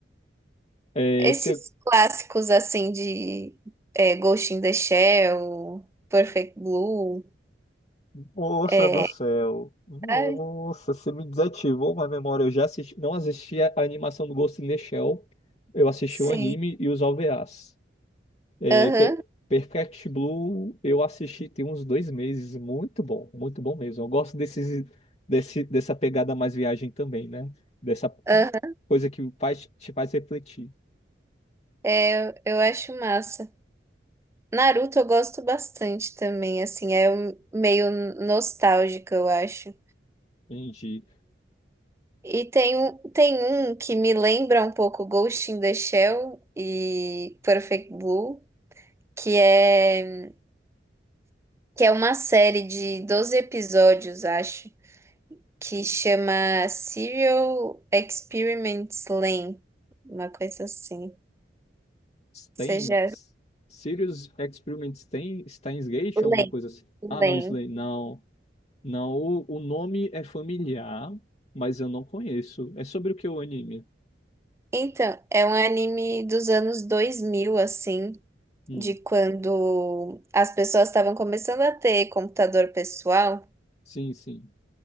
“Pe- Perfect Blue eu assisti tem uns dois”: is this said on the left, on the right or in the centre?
Left